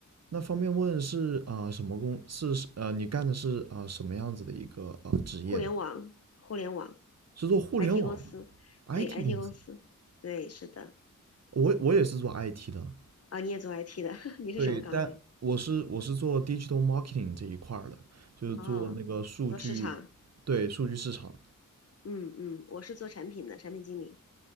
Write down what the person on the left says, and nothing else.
互联网，互联网
，IT 公司，
对，IT
公司，对，是的。
啊，你也做 IT 的，<laughs> 你是什么岗位？
哦，做市场，
嗯嗯，我是做产品的，产品经理，